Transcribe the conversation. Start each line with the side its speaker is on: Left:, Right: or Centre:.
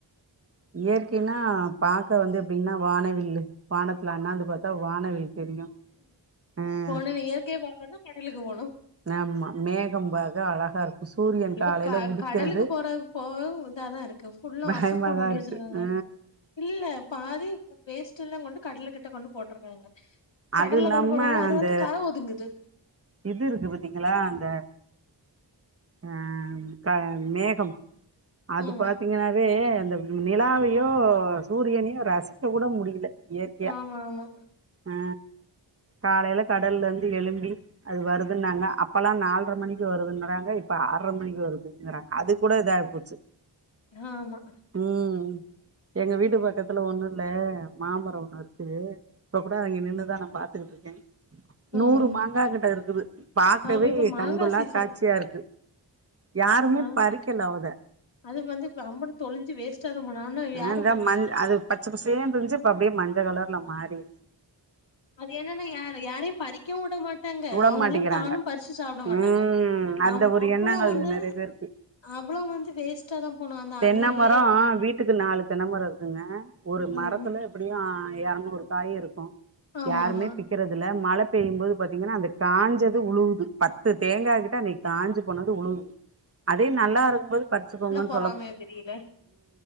Right: இயற்கைனா பாக்க வந்து எப்படின்னா வானவில்லு வானத்துல அண்ணாந்து பாத்தா வானவில் தெரியும உம்
Left: போனு இயற்கைய பாக்கனும்னா கடலுக்கு போணு
Right: ஆமா மேகம் பாக்க அழகா இருக்கு சூரியன்
Left: இப்ப
Right: காலையில
Left: க
Right: உதிக்கிறது
Left: கடலுக்கு போறது போகவு இதாதா இருக்கு ஃபுல்லா
Right: பயமாதா
Left: அசுத்தம் பண்ணி
Right: இருக்கு
Left: வெ வச்சுருக்காங்க
Right: ஆ
Left: இல்ல பாதி வேஸ்ட் எல்லா கொண்டு கடலுக்கு கிட்ட கொண்டு போட்டுருக்காங்க கடல்ல
Right: அது இல்லாம
Left: கொண்டு போடுவாங்க அது
Right: அந்த
Left: வந்து கர ஒதுங்குது
Right: இது இருக்கு பாத்தீங்களா அந்த ஆ க மேகம் அது
Left: ஆமா
Right: பாத்தீங்கன்னாவே அந்த நிலாவையோ சூரியனையோ ரசிக்க கூட முடியல இயற்கையா
Left: ஆமா ஆமா
Right: அ காலையில கடல்ல இருந்து எலும்பி அது வருதுன்னாங்க அப்போலா நால்ர மணிக்கு வருதுன்றாங்க இப்போ ஆர்ர மணிக்கு வருதுங்கிறாங்க அது கூட இதாகி போச்சு
Left: ஆமா
Right: ம் எங்க வீடு பக்கத்துல ஒண்ணு இல்ல மாமர ஒண்ணு இருக்குது இப்ப கூட அங்க நின்னுதா நா பாத்துக்கிட்டு இருக்கே
Left: ம்
Right: நூறு மாங்கா கிட்ட க்குது பாக்கவே
Left: ஆமா இப்ப மாங்கா
Right: கண்கொள்ளா
Left: சீசன்
Right: காட்சியா இருக்கு யாருமே
Left: மாங்
Right: பறிக்கல அத
Left: அது வந்து வம்பனு தொளஞ்சி வேஸ்டாத போ ஆனா யாரும்
Right: இந்த
Left: வ
Right: மஞ் அது பச்சை பசேன்னு இருந்துச்சு இப்ப அப்டியே மஞ்ச கலர்ல மாறி
Left: அது என்னன்னா யார் யாரையு பறி க்கவு விட மாட்டாங்க
Right: உட
Left: அவங்களு
Right: மாட்டேங்கிறாங்க
Left: தானு பறிச்சு சாப்ட மாட்டாங்க
Right: ம் அந்த
Left: நம்
Right: ஒரு
Left: அவ்ளொ
Right: எண்ணங்கள்
Left: வந்து
Right: நெறைய பேருக்கு
Left: அவ்ளொ வந்து வேஸ்ட்டா தா போனு அந்த
Right: தென்ன
Left: அணிலு
Right: மரம் வீட்டுக்கு நாலு தென்னமர இருக்குங்க ஒரு
Left: ம்
Right: மரத்துல எப்படியு எரநூறு காய் இருக்கு
Left: ஆமா
Right: யாருமே
Left: ஆமா
Right: பிக்றதுல மழை பெய்யும் போது பாத்தீங்கன்னா அந்த காஞ்சது உழுவுது பத்து பத்து தேங்கா கிட்ட அன்னைக்கி காஞ்சி போனது உழுவுது அதே நல்லா இருக்கும்போது பரிச்சிக்கொங்கன்னு
Left: பொறாமையா தெரியல